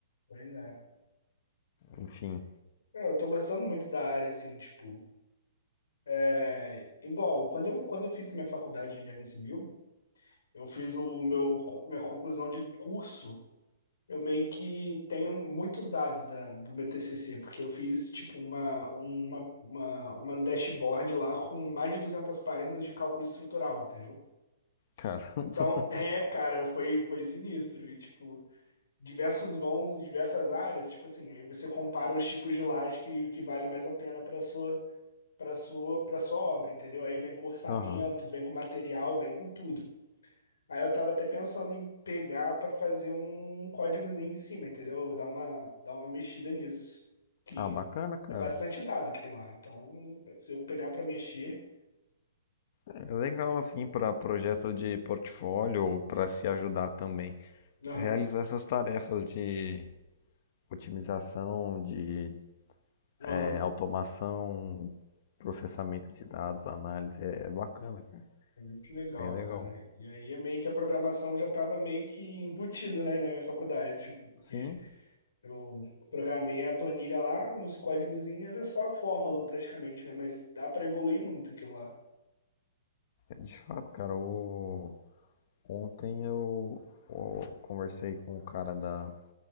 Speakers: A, on the left; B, on the left.
A: Pois é.
B: enfim.
A: É, Eu tô gostando muito da área, assim, tipo, é, igual, quando eu, quando eu fiz a minha faculdade de engenharia civil, eu fiz o meu, minha conclusão de curso Eu meio que tenho muitos dados da, do meu TCC, porque eu fiz tipo uma, uma, uma, uma dashboard lá com mais de 200 páginas de cálculo estrutural, entendeu?
B: Caramba.
A: Então, <laughs> é, cara, foi, foi sinistro. E, tipo, diversos vãos, em diversas áreas, tipo assim, aí você compara os tipos de laje que, que vale mais a pena para sua, para sua, para sua obra, entendeu? Aí vem com orçamento,
B: <laughs> Aham.
A: vem com material, vem com tudo. Aí eu tava até pensando em pegar pra fazer um códigozinho em cima, entendeu? Dar uma, dar uma mexida nisso. Que
B: Ah, bacana, cara.
A: é bastante dado que tem lá. Então, se eu pegar pra mexer.
B: É legal assim para projeto de portfólio ou para se ajudar também.
A: Aham,
B: Realizar essas tarefas de otimização, de
A: aham.
B: é, automação, processamento de dados, análise, é é bacana, cara.
A: É muito legal,
B: Bem legal.
A: cara. E aí é meio que a programação já tava meio que embutido, né, na minha faculdade, tipo, porque
B: Sim,
A: eu programei a planilha lá, nos códigozinhos era só fórmula praticamente, né? Mas dá para evoluir muito aquilo lá.
B: de fato, cara, o... ontem eu, eu conversei com o cara da.